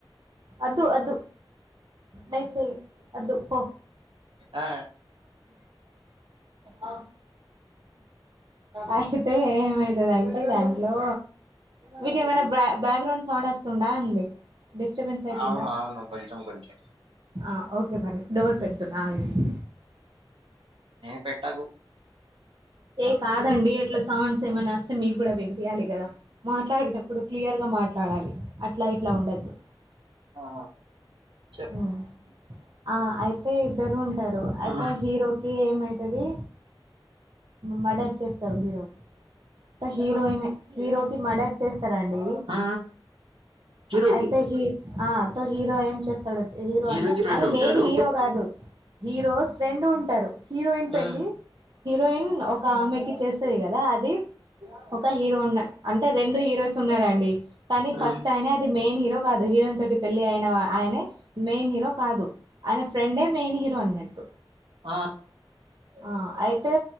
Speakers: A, on the right; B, on the right.
A: అద్దు అద్దు నయిచెయి అదు పో
B: ఆ
A: ఆ అయితే ఏమయితదంటే దాన్ని హలో మీకేమైనా బ బ్యాక్గ్రౌండ్ సౌండ్ వస్తుందా అండి డిస్టర్బెన్స్ అయితుందా
B: అవును అవును కొంచెం కొంచెం
A: ఆ ఓకే బని డోర్ పెట్తున్నా ఆగండి
B: ఏ పెట్టకు
A: ఏ కాదండి అట్లా సౌండ్స్ ఏమైనా వస్తే మీకు కూడా వినిపియాలి కదా మాట్లాడినప్పు ఇప్పుడు క్లియర్గా మాట్లాడాలి అట్లా ఇట్లా ఉండద్దు
B: ఆ చెప్
A: హ్మ్. ఆ అయితే ఇద్దరు ఉంటారు అయితే
B: ఆ
A: హీరోకి ఏమైతది మర్డర్ చేస్తారు హీరోకి హీరోయిన్ హీరోకి మర్డర్ చేస్త ండి
B: ఆ, హీరోకి
A: అయితే హ హీరో ఏం చేస్తాడు హీరో
B: హీరోకి
A: అంటే
B: ఫ్రెండ్
A: అరే
B: ఉంటాడు
A: మెయిన్ హీరో కాదు హీరోస్ రెండు ఉంటారు హీరోయిన్ పెళ్లి
B: ఉమ్,
A: హీరోయిన్ ఒక ఆమెకి చేస్తది కదా అది ఒక హీరో ఉన్న అంటే రెండు హీరోస్ ఉన్నారండి కానీ ఫస్ట్
B: ఉమ్,
A: అయినే అది మెయిన్ హీరో హీరో కాదు హీరోయిన్ తోటి పెళ్లి అయిన ఆయనే మెయిన్ హీరో కాదు ఆయన ఫ్రెండే మెయిన్ హీరో అన్నట్టు
B: ఆ
A: ఆ అయితే